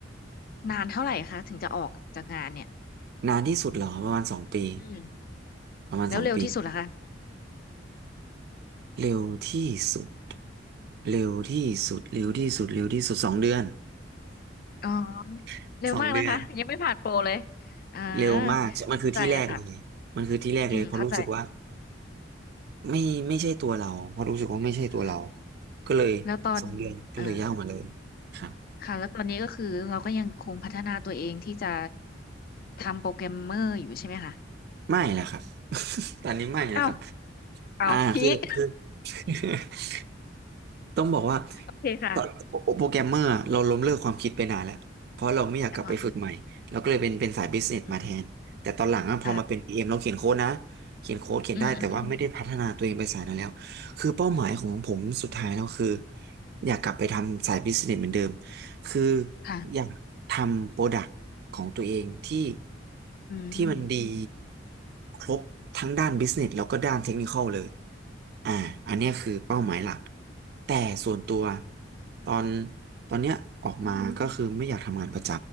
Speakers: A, on the left (about 50°); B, on the right (about 55°).
A: นานเท่าไหร่คะถึงจะออกจากงานเนี่ย
B: นานที่สุดเหรอประมาณสองปี
A: อืม
B: ประมาณสองปี
A: แล้วเร็วที่สุดเหรอคะ
B: เร็วที่สุดเร็วที่สุดเร็วที่สุดเร็วที่สุดสองเดือน
A: อ๋อ
B: <laughs>
A: เร็วมากนะคะยังไม่ผ่านโปรเลย
B: สองเดือน
A: เออ
B: เร็วมากมันคือที่แรกเลยมันคือที่แรกเลยเพราะรู้สึกว่า
A: เข้าใจแล้วค่ะอืมเข้าใจ
B: ไม่ไม่ใช่ตัวเราเพราะรู้สึกว่าไม่ใช่ตัวเรา
A: ค่ะ
B: ก็เลยสองเดือนก็เลยย่างมาเลย
A: แล้วตอนเออ
B: ครับ
A: ค่ะแล้วตอนนี้ก็คือเราก็ยังคงพัฒนาตัวเองที่จะทำโปรแกรมเมอร์อยู่ใช่ไหมคะ
B: ไม่แหละครับ <laughs> ตอนนี้ไม่นะครับ
A: อ้าวอ้าวพีค
B: อ่าคือคือ <laughs> ต้องบอกว่า
A: โอเคค่ะ
B: ตอนโปรแกรมเมอร์อะเราล้มเลิกความคิดไปนานแล้วเพราะเราไม่อยากกลับไปฝึกใหม่เราก็เลยเป็นเป็นสายบิสเนสมาแทนแต่ตอนหลังอะพอมาเป็น
A: อ๋ออืมอืมอ่ะ
B: PM เอ็มเราเขียนโค้ดนะเขียนโค้ดเขียนได้แต่ว่าไม่ได้พัฒนาตัวเองไปสายนั้นแล้วคือเป้าหมายของผมสุดท้ายแล้วคือ
A: อืมอืม
B: อยากกลับไปทำสายบิสเนสเหมือนเดิม คือ
A: ค่ะ
B: อยากทำโปรดักต์ของตัวเองที่
A: อืม
B: ที่มันดีครบทั้งด้านบิสเนสแล้วก็ด้านเทคนิคอลเลยอ่าอันเนี้ยคือเป้าหมายหลักแต่ส่วนตัวตอนตอนเนี้ยออกมาก็คือไม่อยากทำงานประจ